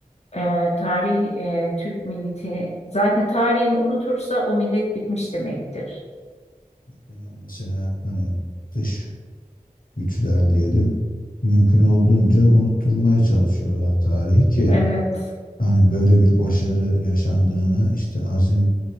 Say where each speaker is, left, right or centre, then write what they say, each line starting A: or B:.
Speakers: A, on the left (about 45°); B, on the left (about 75°).
A: Ee, tarih e, Türk milleti zaten tarihini unutursa o millet bitmiş demektir.
B: Yani mesela hani dış güçler diyelim mümkün olduğunca unutturmaya çalışıyorlar tarihi ki
A: Evet.
B: hani böyle bir başarı yaşandığını işte azim